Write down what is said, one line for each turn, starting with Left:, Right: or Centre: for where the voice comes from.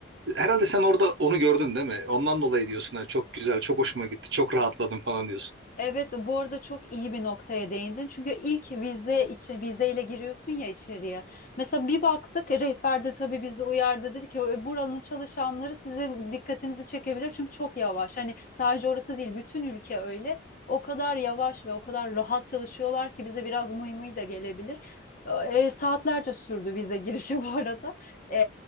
Right: Herhalde sen orada onu gördün değil mi? Ondan dolayı diyorsun ha, çok güzel, çok hoşuma gitti, çok rahatladım falan diyorsun.
Left: Evet, bu arada çok iyi bir noktaya değindin. Çünkü ilk vize için vizeyle giriyorsun ya içeriye. Mesela bir baktık e, rehber de tabii bizi uyardı dedi ki "E, buranın çalışanları sizin dikkatinizi çekebilir çünkü çok yavaş. Hani sadece orası değil bütün ülke öyle. O kadar yavaş ve o kadar rahat çalışıyorlar ki bize biraz mıy mıy da gelebilir. E, saatlerce sürdü vize <laughs> girişi bu arada. E,